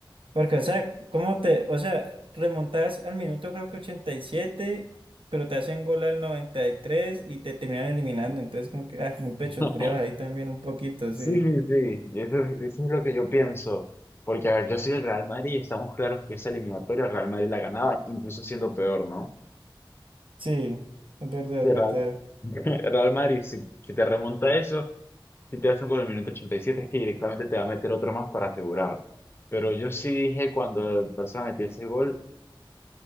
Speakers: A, on the right (about 85°); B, on the left (about 25°).
A: porque, o sea, ¿cómo te, o sea, remontás al minuto creo que ochenta y siete pero te hacen gol al 93 y tres y te terminan eliminando, entonces como que, ah, muy pechos
B: <laughs>
A: fríos ahí también un poquito,
B: Sí,
A: sí,
B: sí, sí, y eso, es- eso es lo que yo pienso. Porque, a ver, yo soy del Real Madrid y estamos claros que esa eliminatoria el Real Madrid la ganaba, incluso siendo peor, ¿no?
A: sí, es verdad,
B: Si
A: es
B: el
A: verdad.
B: Real, <laughs> el Real Madrid, si, si te remonta eso, Si te hacen con el minuto 87 es que directamente te va a meter otro más para asegurar. Pero yo sí dije cuando el Barça metió ese gol,